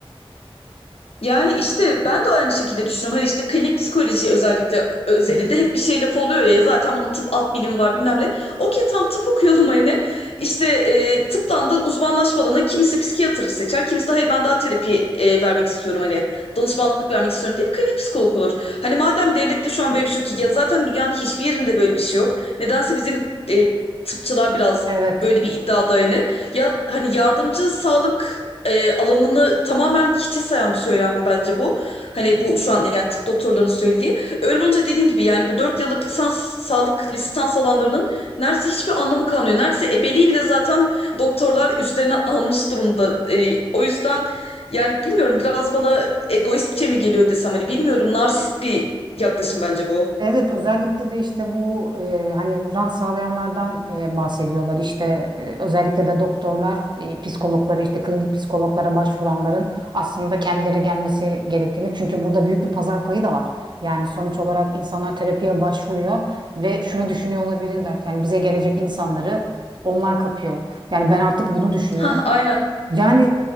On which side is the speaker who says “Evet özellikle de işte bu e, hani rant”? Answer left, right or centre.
Right